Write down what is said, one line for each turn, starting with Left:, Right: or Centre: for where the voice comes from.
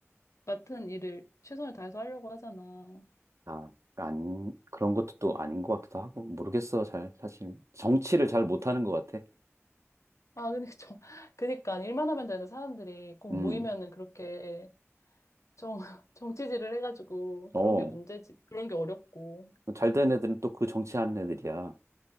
Left: 맡은 일을 최선을 다해서 하려고 하잖아.
Right: 아, 안, 그런 것도 또 아닌 것 같기도 하고, 모르겠어, 잘, 사실. 정치를 잘 못하는 것 같아.
Left: 아, 근데 <laughs> 정, 그니까, 일만 하면 되는 사람들이 꼭
Right: 음,
Left: 모이면은 그렇게 정, <laughs> 정치질을 해가지고,
Right: 어.
Left: 그런 게 문제지. 그런 게 어렵고.
Right: 잘 된 애들은 또 그 정치하는 애들이야.